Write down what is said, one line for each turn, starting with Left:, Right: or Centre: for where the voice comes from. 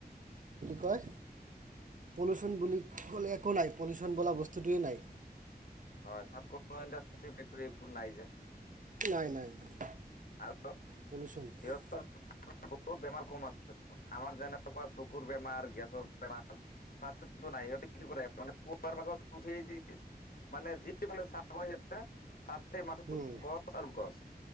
Right: কয় পলিউশ্যন বুলি ক'লে একো নাই পলিউশ্যন বোলা বস্তুটোৱেই নাই।
Left: হয় তাত কোনো ইণ্ডষ্ট্ৰি ফেক্টী এইবোৰ নাই যে।
Right: নাই নাই নাই
Left: আৰু
Right: পলিউশ্যন
Left: সিহঁতৰ
Right: ফ্ৰী।
Left: বহুত বেমাৰ কম আছে আমাৰ যেনেকুৱা চকুৰ বেমাৰ, গেছৰ- বেমাৰ তাত কিন্তু নাই সিহতে কি কৰে মানে পুৱাৰ ভাগত উঠি যি- মানে যিফালে <unintelligible> হয় সেইফালে তাতে মাথোঁ
Right: বহুত
Left: গছ আৰু গছ।